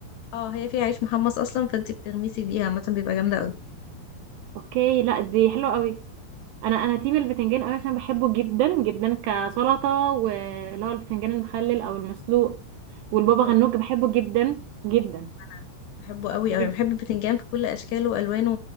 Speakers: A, on the left; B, on the right.
A: اه هي فيها عيش محمص اصلا فانت بتغمسي بيها مثلا بيبقى جامده قوي
B: اوكي لا دي حلوة قوي انا انا تيم البتنجان قوي عشان بحبه جدا جدا كسلطة واللي هو البتنجان المخلل او المسلوق والبابا
A: او
B: غنوج بحبه جدا جدا
A: انا بحبه قوي
B: إنتي-
A: قوي بحب البتنجان في كل اشكاله والوانه